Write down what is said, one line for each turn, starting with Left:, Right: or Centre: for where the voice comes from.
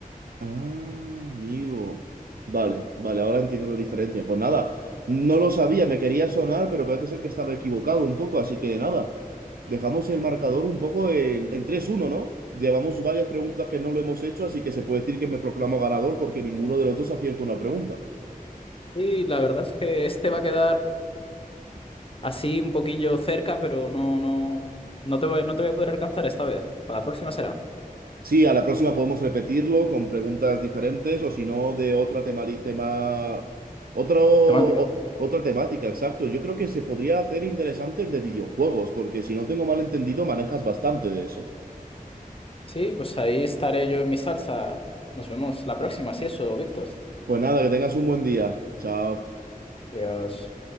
Right: Ah, amigo. Vale, vale, ahora entiendo la diferencia. Pues nada, no lo sabía, me quería sonar, pero parece ser que estaba equivocado un poco, así que nada, dejamos el marcador un poco en, en 3-1, ¿no? Llevamos varias preguntas que no lo hemos hecho, así que se puede decir que me proclamo ganador porque ninguno de los dos acierta una pregunta.
Left: Y la verdad es que este va a quedar Así un poquillo cerca, pero no, no, no te voy, no te voy a poder alcanzar esta vez. Para la próxima será.
Right: Sí, a la próxima podemos repetirlo con preguntas diferentes o si no de otra tema, tema otro, o-
Left: Temática.
Right: otra temática, exacto. Yo creo que se podría hacer interesante el de videojuegos, porque si no tengo mal entendido, manejas bastante de eso.
Left: Sí, pues ahí estaré yo en mi salsa. Nos vemos la próxima, si eso, Víctor.
Right: Pues nada, que tengas un buen día. Chao.
Left: Adiós.